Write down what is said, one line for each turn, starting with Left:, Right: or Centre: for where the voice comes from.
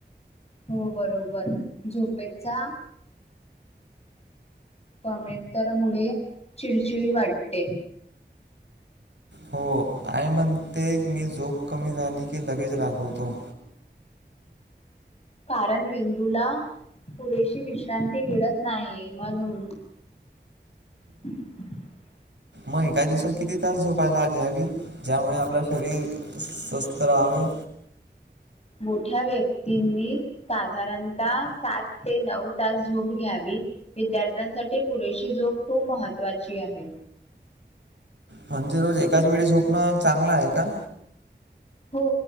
Left: हो बरोबर. झोपेचा <unintelligible> तर मुळे चिडचिडी वाटते.
Right: हो, आई म्हणते की मी झोप कमी झाली की लगेच रागवतो.
Left: कारण मेंदूला पुरेशी विश्रांती मिळत नाही म्हणून. <inaudible>
Right: मग एका दिवसात किती तास झोपायला घ्यावी? ज्यामुळे आपलं शरीर स्वस्थ राहावे.
Left: मोठ्या व्यक्तींनी साधारणतः सात ते नऊ तास झोप घ्यावी. विद्यार्थ्यांसाठी पुरेशी झोप खूप महत्वाची आहे.
Right: म्हणजे रोज एकाच वेळी झोपणं चांगलं आहे का?
Left: हो